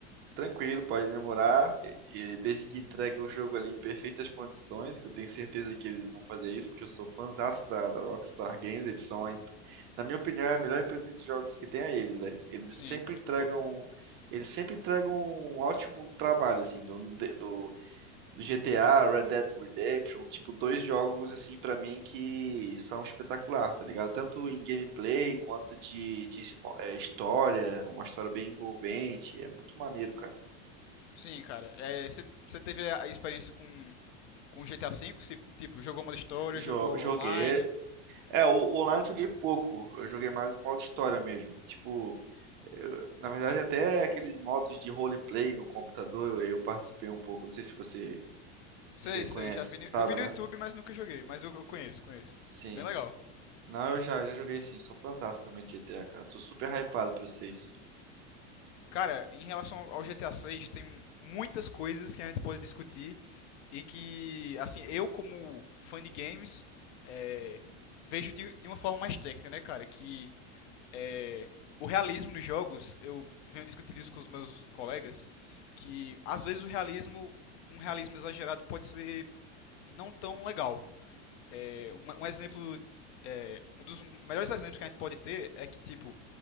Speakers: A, on the right (about 35°); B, on the left (about 80°).
A: Tranquilo, pode demorar. E, e desde que entregue o jogo ali em perfeitas condições, que eu tenho certeza que eles vão fazer isso, porque eu sou fãzaço da, da Rockstar Games, eles são, a, empre- na minha opinião, é a melhor empresa de jogos que tem a eles, velho. Eles
B: Sim,
A: sempre
B: cara,
A: entregam,
B: concordo.
A: eles sempre entregam um ótimo trabalho, assim, do, de- do, do GTA, Red Dead Redemption, tipo, dois jogos, assim, pra mim que são espetacular, tá ligado? Tanto em gameplay quanto de, de eh, história, uma história bem envolvente, é muito maneiro, cara.
B: Sim, cara. Você teve a a experiência com com GTA V? Se, tipo, jogou modo história,
A: Jo-
B: jogou
A: joguei.
B: online?
A: É, o o online eu joguei pouco. Eu joguei mais o modo história mesmo. Tipo, eu- na verdade, até aqueles modos de roleplay no computador eu, eu participei um pouco. Não sei se você,
B: Sei,
A: você conhece,
B: sei, já vi. no-
A: sabe,
B: Eu vi no
A: né?
B: YouTube, mas nunca joguei. Mas eu, eu conheço, conheço.
A: Sim.
B: Bem legal.
A: Não, eu já, já joguei sim. Sou fãzaço também de GTA, cara. Sou super hypado pro 6.
B: Cara, em relação ao GTA VI, tem muitas coisas que a gente pode discutir e que, assim, eu como fã de games, eh, vejo de, de uma forma mais técnica, né, cara? Que eh, o realismo nos jogos, eu venho discutindo isso com os meus colegas, que às vezes o realismo, um realismo exagerado pode ser não tão legal. É, um, um exemplo, é, um dos melhores exemplos que a gente pode ter é que, tipo,